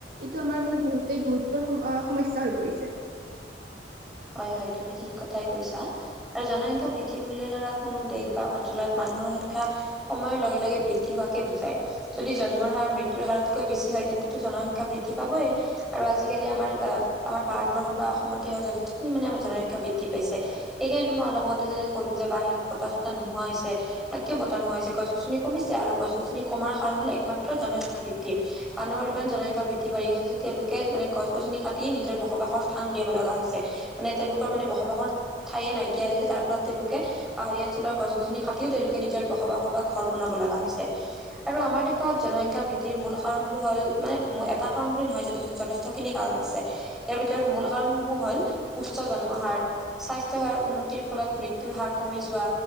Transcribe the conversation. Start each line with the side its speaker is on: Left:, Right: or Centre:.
Right: এইটো আমাৰ মানে বহুতেই গুৰুত্বৰ সমস্যা হৈ পৰিছে।
Centre: <inaudible> হয়, হয়, তুমি ঠিক কথাই কৈছা আৰু জনসংখ্যা বৃদ্ধি বুলিলে ধৰা, কোনো দেশ বা অঞ্চলত মা মানুহৰ সংখ্যা সময়ৰ লগে, লগে, বৃদ্ধি হোৱাকে বুজায়। যদি জন্মৰ হাৰ, মৃত্যুৰ হাৰতকৈ বেছি হয় তেন্তে জনসংখ্যা বৃদ্ধি পাবই আৰু আজিকালি, আমাৰ, আমাৰ, ভাৰতবৰ্ষত বা অসমতে হয় জন মানে, আমাৰ জনসংখ্যা বৃদ্ধি পাইছে। সেইকাৰণেতো, মই অলপতে যেনে ক'লো যে, বাহিৰত বতাহ, চতাহ নোহোৱা হৈছে। বা কিয় বতাহ নোহোৱা হৈছে? গছ -গছনি কমিছে আৰু গছ -গছনি কমাৰ কাৰণ হ'ল একমাত্ৰ জনসংখ্যা বৃদ্ধি। মানুহৰ ইমান জনসংখ্যা বৃদ্ধি পাৰি আছে যে, তেওঁলোকে মানে, গছ -গছনি কাটি নিজৰ বসবাসৰ স্থান উলিয়াব লগা হৈছে। মানে, তেওঁলোকৰ মানে, বসবাসৰ ঠায়ে নাইকিয়া হৈছে। তাৰফলত, তেওঁলোকে পাহাৰীয়া অঞ্চলৰ গছ -গছনি কাটিও তেওঁলোকে, নিজৰ বসবাসৰ বা ঘৰ বনাব লাগে। হৈছে আৰু আমাৰ দেশত জনসংখ্যা বৃদ্ধিৰ মূল কাৰণ বোৰ হ'ল মানে, এটা কাৰণ বুলি নহয় যথেষ্ট যথেষ্ট খিনি কাৰণ আছে। ইয়াৰ ভিতৰত মূল কাৰণ সমূহ হ'ল উচ্চ জন্ম হাৰ, স্বাস্থ্য সেৱাৰ উন্নতিৰ ফলত মৃ মৃত্যু হাৰ কমি যোৱা,